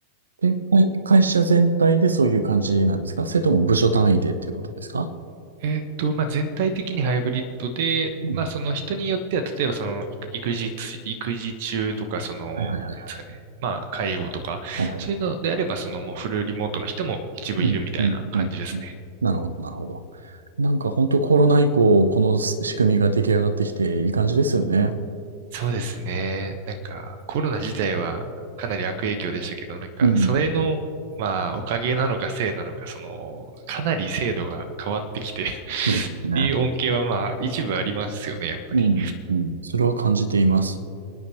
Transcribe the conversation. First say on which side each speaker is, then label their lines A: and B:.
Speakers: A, on the right; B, on the right.
A: で、会、会社全体でそういう感じなんですかそれとも部署単位でっていうことですか
B: えーっと、まあ、全体的にハイブリッドで、
A: うん。
B: まあ、その人によっては、例えばその育育児つ、育児中とか、その、
A: はい、はい、はい、
B: なんですかね、
A: はい。
B: まあ、介護とか、
A: はい、はい。
B: そういうのであれば、そのもうフルリモートの人も一部いるみたいな感じですね。
A: うん、うん、うん。うんなるほど、なるほど。なんか本当コロナ以降、この仕組みが出来上がってきていい感じですよね。
B: そうですね。なんか、コロナ自体はかなり悪影響でしたけど、なんか、
A: うん。
B: それの、まあ、おかげなのかせいなのか、その、かなり制度が変わってきて <laughs> っ
A: そうですね。
B: ていう恩恵は、まあ、一部ありますよね、やっぱり。
A: うん、うん。それは感じています。